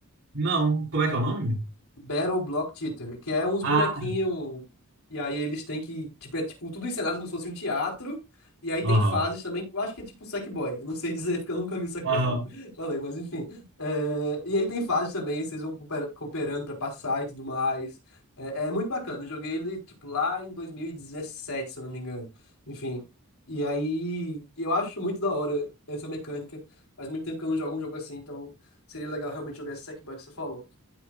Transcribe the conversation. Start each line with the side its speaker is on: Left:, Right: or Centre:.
Right: Não, como é que é o nome?
Left: Battle Block Theater, que é uns bonequinhos.
Right: Ah,
Left: E aí eles têm que. Tipo, é tipo tudo encenado como se fosse um teatro. E aí tem
Right: aham,
Left: fases também. Eu acho que é tipo Sackboy. Eu não sei <laughs> dizer, porque eu nunca vi o Sackboy.
Right: aham.
Left: como <laughs> eu Falei, mas enfim. É, E aí tem fases também, vocês vão cooper- cooperando pra passar e tudo mais. É, é muito bacana. Eu joguei ele, tipo, lá em 2017, se eu não me engano. Enfim. E aí eu acho muito da hora essa mecânica. Faz muito tempo que eu não jogo um jogo assim, então seria legal realmente jogar esse Sackboy que você falou.